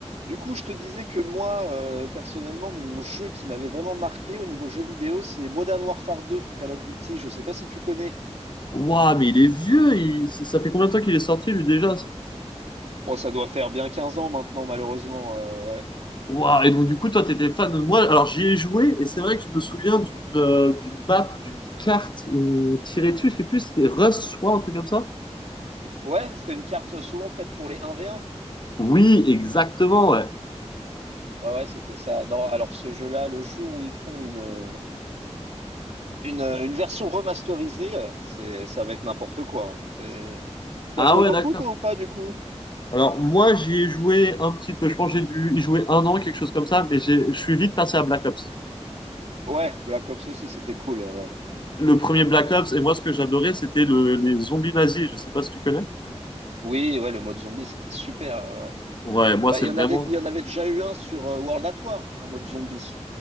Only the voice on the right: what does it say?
Du coup, je te disais que moi, euh, personnellement, mon jeu qui m'avait vraiment marqué au niveau jeu vidéo, c'est Modern Warfare 2, Call of Duty. Je sais pas si tu connais.
Oh, ça doit faire bien 15 ans maintenant, malheureusement. euh, ouais,
ouais, c'était une carte souvent faite pour les 1v1.
Ah ouais, c'était ça. Non, alors ce jeu-là, le jour où ils font une, euh, une, euh, une version remasterisée, euh, c'est, ça va être n'importe quoi. hein. C'est... Tu
as joué
beaucoup,
toi, ou pas, du coup?
Ouais, Black Ops aussi, c'était cool. euh, ouais.
Oui, ouais, le mode zombie, c'était super. euh, ouais.
Bah,
il y
en avait, il y en avait déjà eu un sur euh, World at War, un mode zombie.